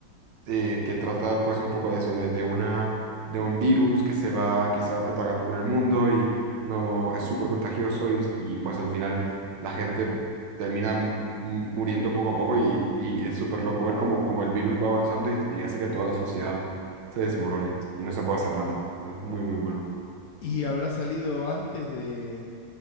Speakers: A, on the right (about 80°); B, on the left (about 70°).
A: eh, que trata pues un poco de eso, de, de una, de un virus que se va, que se va propagando por el mundo y no es súper contagioso y, y, pues al final la gente termina mu- muriendo poco a poco y, y es súper loco ver cómo, cómo el virus va avanzando y, y hace que toda la sociedad se desmorone y no se puede hacer nada. Es muy, muy bueno.
B: Y habrá salido antes de,